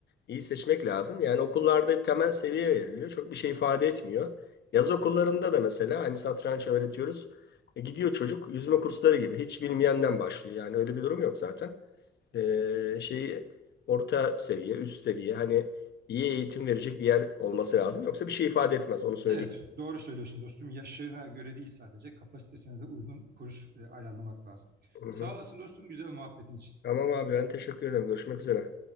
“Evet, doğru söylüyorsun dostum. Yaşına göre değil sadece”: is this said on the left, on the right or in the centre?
Right